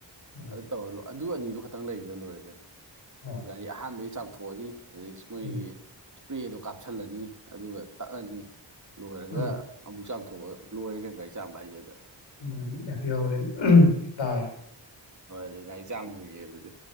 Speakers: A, on the left; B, on the right.
A: ꯎꯝ
B: ꯑꯗꯨ ꯇꯧꯔ ꯂꯣꯏ ꯑꯗꯨ ꯑꯅꯤꯗꯨ ꯈꯛꯇꯪ ꯂꯩꯈ꯭ꯔ ꯂꯣꯏꯔꯦ ꯀꯩꯅꯣ
A: ꯑꯥꯎ
B: ꯒꯥꯔꯤ ꯑꯍꯥꯟꯕꯩ ꯆꯥꯝꯊꯣꯛꯑꯅꯤ ꯑꯗꯩ ꯃꯣꯏꯒꯤ
A: ꯎꯝ
B: ꯏꯁꯄ꯭ꯔꯦꯗꯣ ꯀꯥꯞꯁꯤꯜꯂꯅꯤ ꯑꯗꯨꯒ ꯇꯛꯑꯅꯤ ꯂꯣꯏꯔꯒ
A: ꯎꯝ
B: ꯑꯃꯨꯛ ꯆꯥꯝꯊꯣꯛꯑꯒ ꯂꯣꯏꯔꯦꯒꯩ ꯒꯥꯔꯤ ꯆꯥꯝꯕ ꯍꯥꯏꯁꯦꯗ
A: ꯎ ꯌꯥ ꯌꯥꯎꯔꯦ ꯇꯥꯔꯦ
B: ꯍꯣꯏ ꯑꯗꯨꯗꯤ ꯒꯥꯔꯤ ꯆꯥꯃꯨꯒꯤꯒꯦ ꯑꯗꯨꯗꯤ